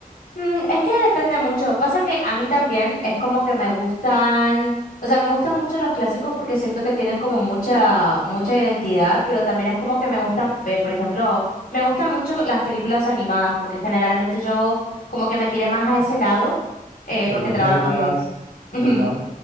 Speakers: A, on the left; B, on the right.
A: Mm, es que depende mucho. Pasa que a mí también es como que me gustan, o sea, me gustan mucho los clásicos porque siento que tienen como mucha, mucha identidad, pero también es como que me gustan, eh, por ejemplo, me gustan mucho las películas animadas porque generalmente yo como que me tiré más a ese lado eh,
B: Las
A: porque
B: Luciérnagas,
A: trabajé, <laughs> Ujú.
B: ¿cuál más?